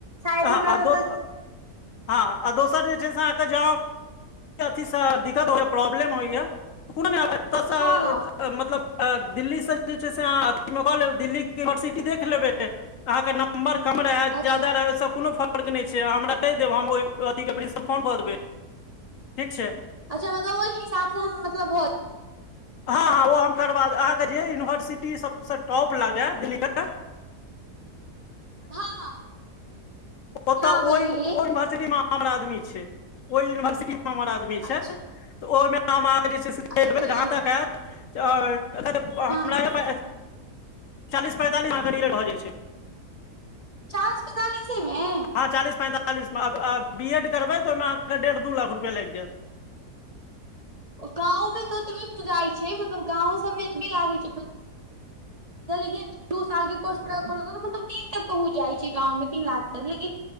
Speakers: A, on the right; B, on the left.
A: शायद
B: आ
A: हमरा
B: दो
A: <unintelligible>
B: हँ आ दोसर जे छै से अहाँके जाउब अथी स दिक्कत होइया प्रॉब्लम होइया कोनो नै आब एतऽ सऽ
A: हँ हँ
B: मतलब आ दिल्लीसे जे छै से अहाँ अथीमे कऽ लेब दिल्लीे के यूनिवर्सिटी देख लेबै अहाँके नंबर कम रहै
A: अच्छा
B: जादा रहै ओय स ओय सॅं कोनो फर्क नै छै अहाँ हमरा कहि देब हम ओहि अथीके प्रिंस प फोन कऽ देबै ठीक छै
A: अच्छा मतलब ओहि हिसाब से हम मतलब भ
B: हँ हँं ओ हम करबा दे अहाँके जे यूनिवर्सिटी सबसेॅं टॉप लागे दिल्लीमे
A: <inaudible> हँ
B: ओतय
A: हँ बुझि
B: ओहि
A: गेलियै
B: ओय युन्वर्सिटीमे हमर आदमी छै ओय युन्वर्सिटीमे हमर आदमी आदमी
A: अच्छा
B: छै ओयमे हम अहाॅंके जे से छे
A: अच्छा
B: देखबै
A: दिल्लीमे
B: जहाॅं तक हेत <unintelligible>
A: हँ
B: <inaudible> चालीस पैंतालिसमें अहाँके डी लेड भऽ जाय छै
A: चालीस पैंतालीसेमें
B: हँ चालीस पैंतालिसमे आ आ बी एड करबै तऽ ओयमें अहाकेॅं डेढ़ दू लाख रुपैया लायग जायत
A: गाँंव मे त ओतबी पुजाई छै मतलब गाँंव सब मे एतबी भी लागे छै लेकिन दू साल के कोर्स पूरा करैत करैत मतलब तीन तक पहुँच जाय छै गाँवमे तीन लाख तक लेकिन